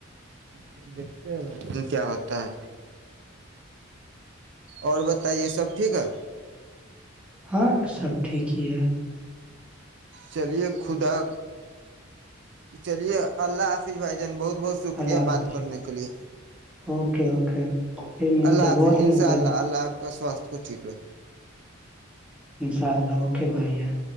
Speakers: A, on the right; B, in the centre.
A: اچھا دیکھتے ہیں بھائین کیا ہوتا ہے اور بتائیے سب ٹھیک ہے
B: ہاں سب ٹھیک ہی ہے
A: چلیے خدا چلیے اللہ حافظ بھائی جان بہت بہت شکریہ
B: اللہ
A: بات
B: حافظ
A: کرنے کے لیے
B: اوکے اوکے پھر ملتے
A: اللہ حافظ
B: بہت دن
A: ان
B: ہو
A: شاء
B: گیا
A: اللہ
B: تھا
A: اللہ حافظ کا ساستھ کو ٹھیک رکھ
B: انشاء اللہ اوکے بھائی یار